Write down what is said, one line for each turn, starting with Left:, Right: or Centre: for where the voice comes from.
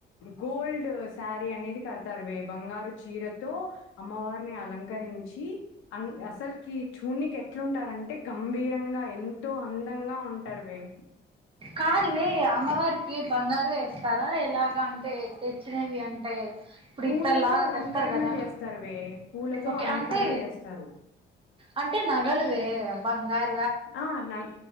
Left: గోల్డ్ శారీ అనేది కడతారువే, బంగారు చీరతో అమ్మ వారిని అలంకరించి అం అసల్కి చూన్నీకి ఎట్లుంటారంటే గంభీర ఇంగ ఎంతో అందంగా ఉంటారు వే
Right: కాదు వే అమ్మవారికి బంగారు వేస్తారా? ఎలాగ అంటే తెచ్చినవి అంటే ఇప్పుడు
Left: పూలతో
Right: ఇత్తడిలాగా
Left: అలంకరణ
Right: తెస్తారు కదా
Left: చేస్తారువే, పూలతో
Right: ఓకే
Left: అలంకరణ
Right: అంటే
Left: చేస్తారు
Right: అంటే నగలువే, బంగారు
Left: ఆ న